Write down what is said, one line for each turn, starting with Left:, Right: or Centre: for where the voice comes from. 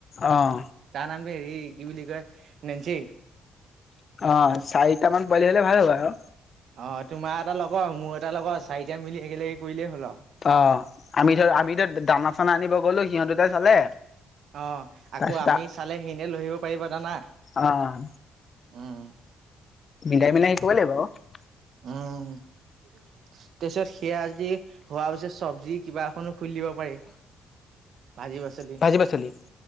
Left: অঁ
Right: তাৰ নামটো হেৰী কি বুলি কয় নেঞ্চি।
Left: অ, চাৰিটা মান পোৱালি হ'লে ভাল হয় বাৰু।
Right: অ, তোমাৰ এটা লগৰ মোৰ এটা লগৰ চাৰিটাই মিলি একেলগে কৰিলেই হ'ল আৰু।
Left: অ, আমি ধৰ আমি এতিয়া দানা চানা আনিব গলো সিহঁত দুটাই চালে
Right: অ, আকৌ
Left: তাৰপিছত
Right: আমি চালেহে এনে লৈ আহিব পাৰিব দানাই
Left: অ',
Right: উম,
Left: মিলাই মিলাই শে কৰিব লাগিব।
Right: উম। তাৰপিছত সেয়া আজি হোৱা পিছত চব্জি কিবা এখনো খুলি দিব পাৰি। ভাজি পাচলি
Left: ভাজি পাচলি